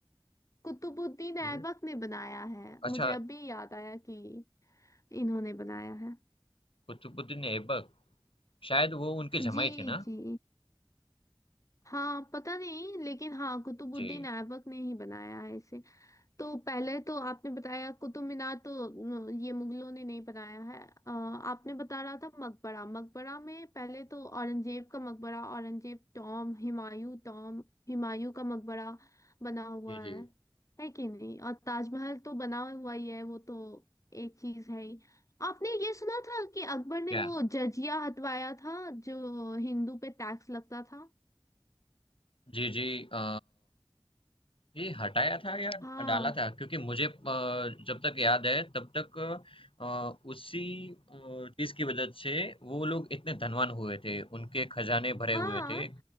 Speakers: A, on the left; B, on the left.
A: कुतुबुद्दीन
B: हुँ।
A: ऐबक ने बनाया है मुझे
B: अच्छा
A: अभी याद आया कि इन्होंने बनाया है
B: कुतुबुद्दीन ऐबक शायद वो उनके
A: जी
B: जमाई थे ना?
A: जी हाँ पता नहीं लेकिन हाँ कुतुबुद्दीन
B: जी।
A: ऐबक ने ही बनाया है इसे तो पहले तो आपने बताया कुतुब मीनार तो न, ये मुगलों ने नहीं बनाया है अ, आपने बता रहा था मकबरा मकबरा में पहले तो औरंगजेब का मकबरा औरंगजेब टॉम हुमायूं टॉम हुमायूं का मकबरा बना हुआ
B: जी, जी।
A: है है कि नहीं और ताजमहल तो बना हुआ ही है वो तो एक चीज है ही आपने ये सुना था कि अकबर ने
B: क्या?
A: वो जजिया हटवाया था जो हिंदू पे टैक्स लगता था
B: जी, जी अ ये हटाया था या
A: हाँ
B: डाला था क्योंकि मुझे अ, जब तक याद है तब तक अ, उसी चीज की वजह से वो लोग इतने धनवान हुए थे उनके खजाने भरे
A: हाँ
B: हुए थे